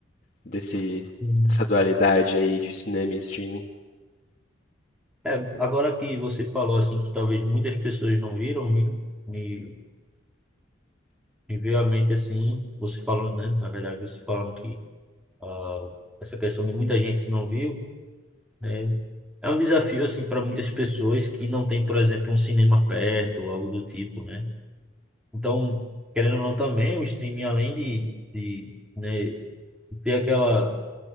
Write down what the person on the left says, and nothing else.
desse,
dessa dualidade aí de cinema e streaming?